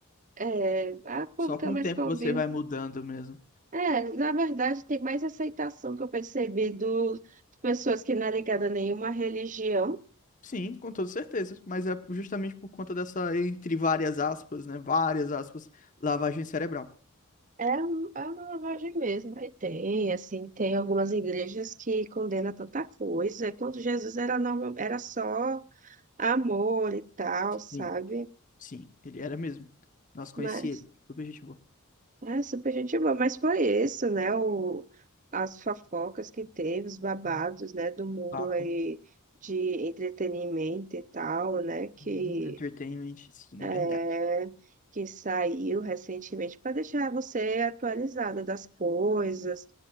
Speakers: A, on the right (about 35°); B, on the left (about 35°).
A: É, a o povo
B: Só
A: fica
B: com
A: mais
B: o tempo
A: convivo.
B: que você vai mudando mesmo.
A: É, na verdade, tem mais aceitação que eu percebi do- de pessoas que não é ligada a nenhuma religião.
B: Sim, com toda certeza. Mas é justamente por conta dessa, entre várias aspas, né? Várias aspas, lavagem cerebral.
A: É, um- é uma lavagem mesmo. Aí tem, assim, tem algumas igrejas que condenam tanta coisa. é Quando Jesus era, normal era só amor e tal, sabe?
B: Sim, sim, ele era mesmo. Nós conheci
A: Mas
B: ele. Super gente boa.
A: é super gente boa. Mas foi isso, né? O, as fofocas que teve, os babados,
B: Uhum.
A: né? Do mundo
B: Papo.
A: aí de entretenimento e tal, né? Que,
B: Uhum. Entertainment, sim,
A: é,
B: verdade.
A: que saiu recentemente para deixar você atualizado das coisas,